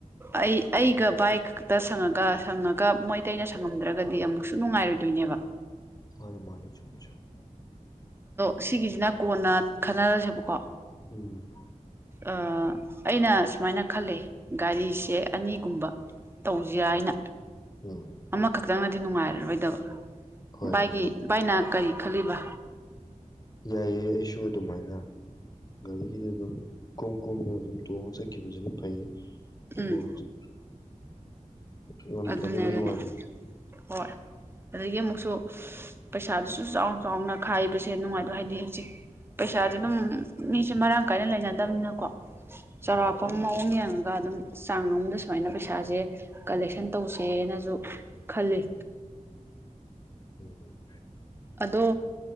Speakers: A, on the right; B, on the left.
A: ꯑꯩ ꯑꯩꯒ ꯕꯥꯏ ꯈꯛꯇ ꯁꯪꯉꯒ ꯁꯪꯉꯒ ꯃꯣꯏꯇꯩꯩꯅ ꯁꯪꯉꯝꯗ꯭ꯔꯒꯗꯤ ꯑꯃꯨꯛꯁꯨ ꯅꯨꯡꯉꯥꯏꯔꯣꯏꯗꯣꯏꯅꯦꯕ
B: ꯃꯥꯅꯤ ꯃꯥꯅꯤ ꯆꯨꯝꯃꯤ ꯆꯨꯝꯃꯤ
A: ꯑꯁꯤꯒꯤꯁꯤꯅ ꯀꯣꯟꯅ ꯈꯟꯅꯔꯁꯦꯕꯀꯣ
B: ꯎꯝ
A: ꯑ ꯑꯩꯅ ꯁꯨꯃꯥꯏꯅ ꯈꯜꯂꯤ ꯒꯥꯔꯤꯁꯦ ꯑꯅꯤꯒꯨꯝꯕ ꯇꯧꯖꯤꯔꯅ ꯍꯥꯏꯅ
B: ꯎꯝ
A: ꯑꯃ ꯈꯛꯇꯪꯅ ꯗꯤ ꯅꯨꯡꯉꯥꯏꯔꯔꯣꯏꯗꯕ
B: ꯍꯣꯏ
A: ꯚꯥꯏꯒꯤ
B: ꯅꯨꯡꯉꯥꯏ
A: ꯚꯥꯏꯅ ꯀꯔꯤ ꯈꯜꯂꯤꯕ
B: ꯌꯥꯏꯑꯦ ꯑꯩꯁꯨ ꯑꯗꯨꯃꯥꯏꯅ ꯒꯥꯔꯤꯒꯤꯗꯤ ꯑꯗꯨꯝ ꯏꯀꯣꯝ ꯀꯣꯝꯅ ꯑꯗꯨꯝ ꯇꯣꯡꯉ ꯆꯠꯈꯤꯕꯁꯤꯅ ꯐꯩꯌꯦ ꯑꯗꯨꯕꯣ
A: ꯎꯝ
B: <unintelligible> ꯍꯧꯖꯤꯛ ꯉꯝꯗꯕꯒꯤ
A: ꯑꯗꯨꯅꯦ ꯑꯗꯨꯅꯦ
B: ꯋꯥꯅꯤ
A: ꯍꯣꯏ ꯑꯗꯒꯤ ꯑꯃꯨꯛꯁꯨ ꯄꯩꯁꯥꯗꯨꯁꯨ ꯆꯥꯎꯅ ꯆꯥꯎꯅ ꯈꯥꯏꯕꯁꯦ ꯅꯨꯡꯉꯥꯏꯗꯣ ꯍꯥꯏꯗꯤ ꯍꯧꯖꯤꯛ ꯄꯩꯁꯥꯥꯁꯦ ꯑꯗꯨꯝ ꯃꯤꯁꯦ ꯃꯔꯥꯡ ꯀꯥꯏꯅ ꯂꯩꯅꯗꯝꯅꯤꯅꯀꯣ ꯆꯥꯎꯔꯥꯛꯄꯝ
B: ꯎꯝ
A: ꯃꯑꯣꯡ ꯌꯦꯡꯉꯒ ꯑꯗꯨꯝ ꯆꯥꯡ ꯑꯃꯗ ꯁꯨꯃꯥꯏꯅ ꯄꯩꯁꯥꯁꯦ ꯀꯜꯂꯦꯛꯁꯟ ꯇꯧꯁꯦꯅꯁꯨ ꯈꯜꯂꯤ
B: ꯎꯝ ꯎꯝ
A: ꯑꯗꯣ